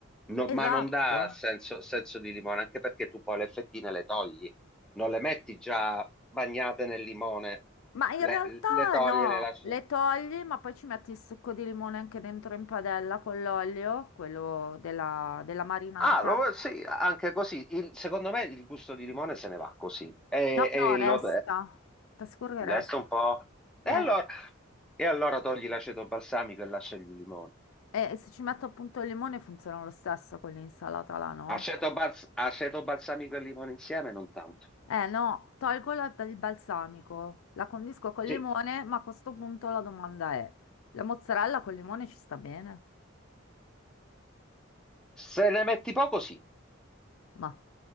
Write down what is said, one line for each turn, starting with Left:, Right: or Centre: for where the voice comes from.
Centre: No,
Left: Esatto.
Centre: ma non dà senso, senso di limone, anche perché tu poi le fettine le togli, non le metti già bagnate nel limone,
Left: Ma in
Centre: le,
Left: realtà
Centre: le togli
Left: no,
Centre: e le lasci.
Left: le togli, ma poi ci metti il succo di limone anche dentro in padella con l'olio, quello della, della marinata.
Centre: Ah, lo vuoi- sì, anche così. Il- secondo me il gusto di limone se ne va così. E,
Left: No,
Centre: e
Left: no, resta.
Centre: lo,
Left: Ti assicuro che
Centre: Adesso
Left: resta.
Centre: un po'. E
Left: Eh,
Centre: allora, e allora togli l'aceto balsamico e lascia il limone.
Left: E se ci metto appunto il limone funziona lo stesso con l'insalata là, no?
Centre: Aceto, bals- aceto balsamico e limone insieme, non tanto.
Left: Eh no, tolgo la- il balsamico, la condisco col
Centre: Sì.
Left: limone, ma a questo punto la domanda è, la mozzarella col limone ci sta bene?
Centre: Se ne metti poco, sì.
Left: Ma,